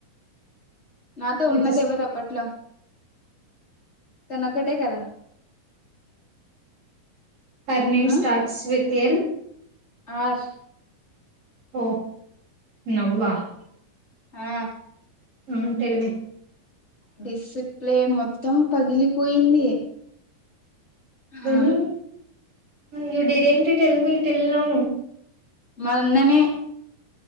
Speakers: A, on the left; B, on the right.
A: నాతో
B: విత్
A: ఉన్నది ఎవరు అప్పట్లో తను ఒకటే కదా
B: హర్ నేమ్
A: ఆ
B: starts with A
A: R
B: O now ah
A: A ఆ
B: ఉమ్ టెల్
A: డిసిప్లే మొత్తం పగిలిపోయింది
B: కాని
A: ఆ
B: you didn't tell me till now
A: మన్ననే